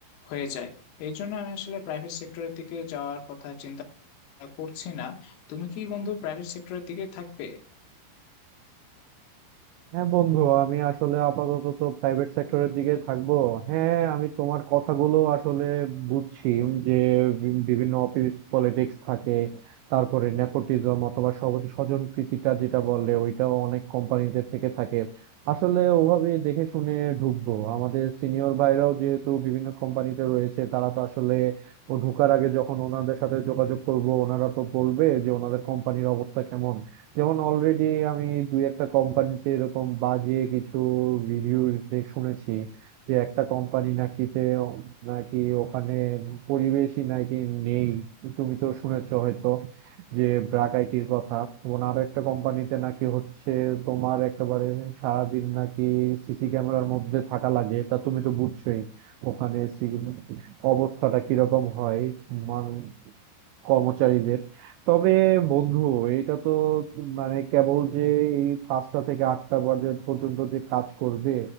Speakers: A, on the left; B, on the right.
A: হয়ে যায় এই জন্য আমি আসলে প্রাইভেট সেক্টরের দিকে যাওয়ার কথা চিন্তা করছি না তুমি কি বন্ধু প্রাইভেট সেক্টরের দিকে থাকবে
B: হ্যাঁ বন্ধু আমি আসলে আপাতত তো প্রাইভেট সেক্টরের দিকে থাকবো হ্যাঁ আমি তোমার কথাগুলো আসলে বুঝছি যে বি- বিভিন্ন অফিস পলিটিক্স থাকে তারপরে নেপোটিজম অথবা সহজ স্বজন প্রীতিটা যেটা বলে ওইটাও অনেক কোম্পানিতে থেকে থাকে আসলে ওভাবে দেখে শুনে ঢুকবো আমাদের সিনিয়র ভাইরাও যেহেতু বিভিন্ন কোম্পানিতে রয়েছে তারা তো আসলে ও ঢোকার আগে যখন ওনাদের সাথে যোগাযোগ করব ওনারা তো বলবে যে ওনাদের কোম্পানির অবস্থা কেমন যেমন অলরেডি আমি দুই একটা কোম্পানিতে এরকম বাজে কিছু রিভিউ শুনেছি যে একটা কোম্পানি নাকিতে নাকি ওখানে পরিবেশই নাকি নেই তুমি তো শুনেছো হয়তো যে ব্র্যাক আইটির কথা এবং আরো একটা কোম্পানিতে নাকি হচ্ছে তোমার একেবারে সারাদিন নাকি সিসি ক্যামেরার মধ্যে থাকা লাগে তা তুমি তো বুঝছোই ওখানে সি- অবস্থাটা কিরকম হয় মান কর্মচারীদের তবে বন্ধু এটা তো মানে কেবল যে এই পাঁচটা থেকে আটটা পর্যন্ত পর্যন্ত যে কাজ করবে